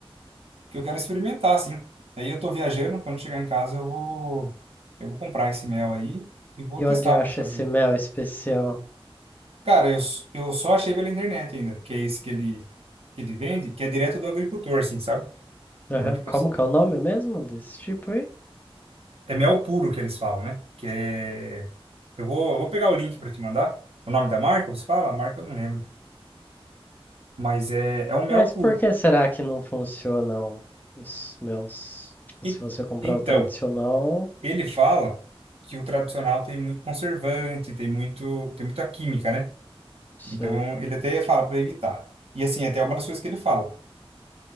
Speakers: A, on the right (about 75°); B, on the left (about 15°).
A: que eu quero experimentar, assim. Aí eu tô viajando, quando chegar em casa eu vou, eu vou comprar esse mel aí e vou
B: E
A: testar
B: onde acha
A: para fazer.
B: esse mel especial?
A: Cara, eu, s- eu só achei pela internet ainda, que é esse que ele, que ele vende, que é direto do agricultor, assim, sabe?
B: Aham.
A: Então, tipo
B: Como
A: assim,
B: que é o nome mesmo desse tipo aí?
A: é mel puro que eles falam, né? Que é... Eu vou, eu vou pegar o link para te mandar. O nome da marca, você fala? A marca eu não lembro. mas é, é um mel
B: Mas
A: puro.
B: por que será que não funcionam os meus? Tipo,
A: E,
B: se você comprar
A: então,
B: o tradicional,
A: ele fala que o tradicional tem muito conservante, tem muito, tem muita química, né?
B: sei.
A: Então, ele até fala para evitar. E assim, até uma das coisas que ele fala.